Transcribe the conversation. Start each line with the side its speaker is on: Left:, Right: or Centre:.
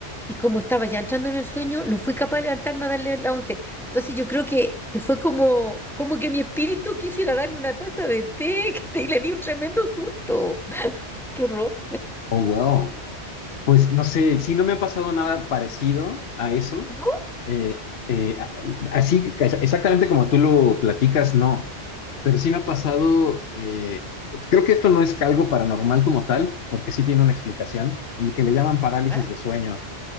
Centre: y como estaba ya entrando en el sueño, no fui capaz de levantarme a darle la once Entonces, yo creo que, que fue como, como que mi espíritu quisiera darle una taza de té, <laughs> que te- y le di un tremendo susto. ¡Qué horror!
Left: Oh, wow. Pues no sé, sí, no me ha pasado nada parecido a eso.
Centre: ¿No?
Left: Eh, eh, a- así, ex- exactamente como tú lo platicas, no. Pero sí me ha pasado, eh, creo que esto no es algo paranormal como tal, porque sí tiene una explicación, el que le llaman parálisis
Centre: ¿Ya?
Left: de sueño.